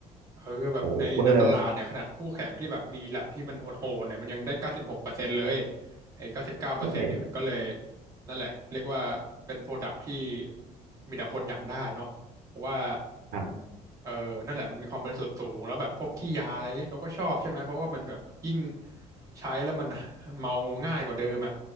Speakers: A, on the right; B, on the right.
A: เออแบบในในตลาดเนี่ยขนาดคู่แข่งที่แบบมีแลบที่มันโหดๆเนี่ยมันยังได้เก้าสิบหกเปอร์เซ็นต์เลย
B: โหเบอร์
A: ไอ้เก้าสิบเก้าเปอร์เซ็นต์เนี่ยมันก็เลย
B: ใช่
A: นั่นแหละเรียกว่าเป็นโปรดักที่มีแต่คนอยากได้เนาะเพราะว่า
B: ครับ
A: เออนั่นแหละมันมีความบริสุทธิ์สูงแล้วแบบพวกขี้ยาอะไรเงี้ยเขาก็ชอบใช่ไหมเพราะว่ามันแบบยิ่งใช้แล้วมัน <laughs> เมาง่ายกว่าเดิมอ่ะ